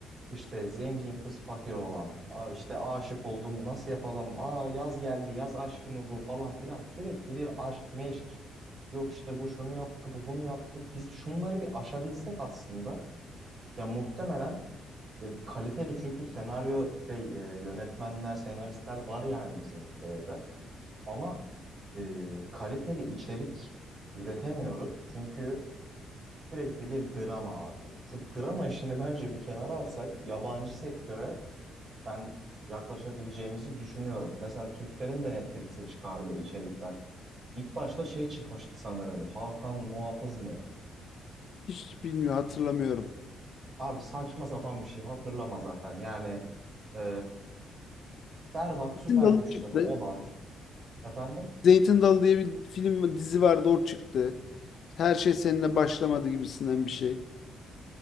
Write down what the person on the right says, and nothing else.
işte zengin kız fakir olan, "Aa, işte aşık oldum nasıl yapalım, aa yaz geldi yaz aşkı mı bu falan filan sürekli bir aşk meşk. Yok işte bu şunu yaptı bu bunu yaptı biz şunları bir aşabilsek aslında ya muhtemelen e, kaliteli çünkü senaryo şey e, yönetmenler, senaristler var yani bizim ülkede de. Ama e, kaliteli içerik üretemiyoruz. Çünkü sürekli bir drama abi. Şu drama işini bence bir kenara atsak yabancı sektöre ben yaklaşabileceğimizi düşünüyorum. Mesela Türklerin de Netflix'e çıkardığı içerikler. İlk başta şey çıkmıştı sanırım. Hakan Muhafız mı?
Abi saçma sapan bir şey hatırlama zaten. Yani e, berbat
süper
güçleri
olan Efendim?